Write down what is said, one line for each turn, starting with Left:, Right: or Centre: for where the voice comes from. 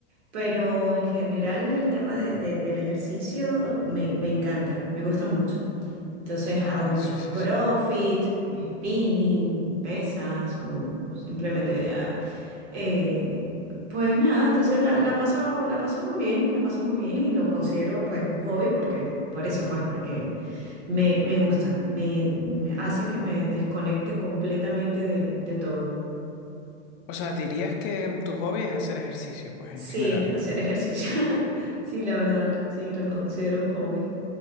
Right: pero en general el tema de- de- del ejercicio me, me encanta, me gusta mucho. Entonces
Left: Ah,
Right: hago muchos
Left: sí, sí,
Right: CrossFit,
Left: sí.
Right: spinning, pesas o simplemente ah, eh, pues nada, entonces la, la paso, la paso muy bien, la paso muy bien y lo considero pues un hobby porque, por eso pues, porque me, me gusta, me, me hace que me desconecte completamente de, de todo.
Left: O sea, dirías que tu hobby es hacer ejercicio, pues
Right: Sí,
Left: en general.
Right: hacer ejercicio. <laughs> Sí, la verdad, sí, lo considero un hobby.